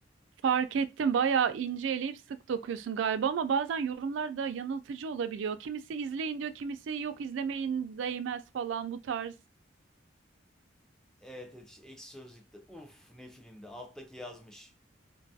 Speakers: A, on the right (about 75°); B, in the centre.
A: Fark ettim bayağı ince eleyip sık dokuyorsun galiba ama bazen yorumlar da yanıltıcı olabiliyor. Kimisi izleyin diyor, kimisi yok izlemeyin değmez falan bu tarz.
B: Evet evet işte Ekşi Sözlük'te uf ne filmde alttaki yazmış.